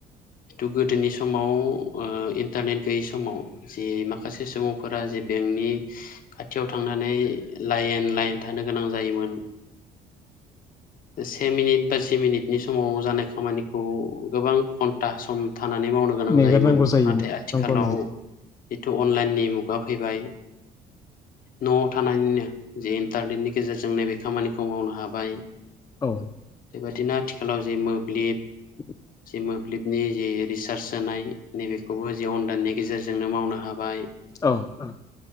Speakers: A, on the left; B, on the left.
A: जिथु गोदोनि समाव ओ इन्टारनेट गैयै समाव जि माखासे सुबुंफोरा जे बेंकनि खाथियाव थांनानै लाइन लाइन थानो गोनां जायोमोन से मिनिट बा जि मिनिटनि समाव जानाय खामानिखौ गोबां घन्टा सम थानानै मावनो गोनां
B: नेगारनांगौ
A: जायोमोन नाथाय आथिखालाव
B: नंगौ नंगौ
A: जिथु अनलाइननि मुगा फैबाय न'आव थानानैनो जे इन्टारनेटनि गेजेरजों नैबे खामानिखौ मावनो हाबाय
B: औ।
A: बेबायदिनो आथिखालाव जे मोब्लिब
B: <inaudible>
A: जि मोब्लिबनि जि रिसार्च सोनाय नैबेखौबो जे अनलाइननि गेजेरजोंनो मावनो हाबाय
B: औ औ।